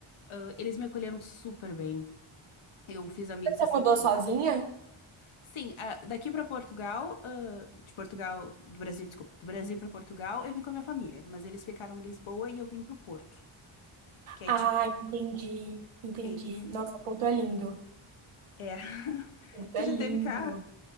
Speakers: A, on the left; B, on the right.
A: ah, eles me acolheram super bem. Eu fiz amigos,
B: Você
A: assim,
B: mudou
A: que
B: sozinha?
A: Sim, ah, daqui pra Portugal, ah, de Portugal, do Brasil, desculpa, do Brasil pra Portugal, eu vim com a minha família, mas eles ficaram em Lisboa e eu vim pro Porto, que é
B: Ah,
A: tipo,
B: entendi, entendi.
A: é isso.
B: Nossa, Porto é lindo.
A: É. <laughs>
B: Porto
A: Tu
B: é
A: já
B: lindo.
A: teve cá?